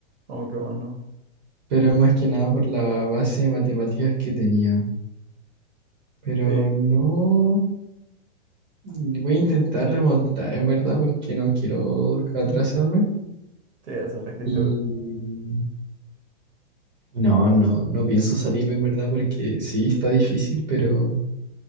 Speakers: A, on the right; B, on the right.
A: Oh, qué bueno.
B: pero más que nada por la base de matemáticas que tenía. Pero
A: Sí,
B: no voy a intentar remontar en verdad porque no quiero atrasarme.
A: sí, esa es la actitud.
B: Y no, no, no pienso salirme en verdad porque sí está difícil, pero